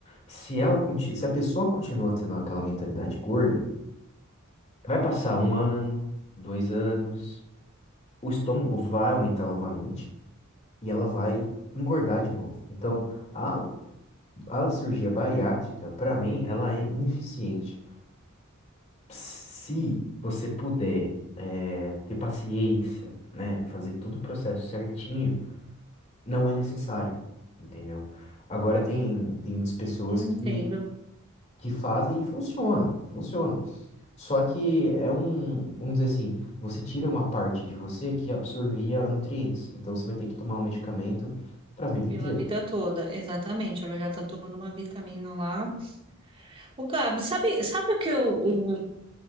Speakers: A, on the left; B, on the right.
A: Se ela, conti- se a pessoa continua tendo aquela mentalidade gorda, vai passar um ano, dois anos, o estômago vai aumentar novamente e ela vai engordar de novo. Então, a, a cirurgia bariátrica, para mim, ela é ineficiente. Se você puder, eh, ter paciência, né, fazer todo o processo certinho não é necessário, entendeu? Agora tem, tem muitas pessoas
B: Uhum,
A: que,
B: entendo.
A: que fazem e funciona, funciona. Só que é um, vamos dizer assim, você tira uma parte de você que absorvia nutrientes, então você vai ter que tomar um medicamento para a vida
B: Pela
A: inteira.
B: vida toda, exatamente. Ela já está tomando uma vitamina lá. O Gabi, sabe, sabe o que eu, o-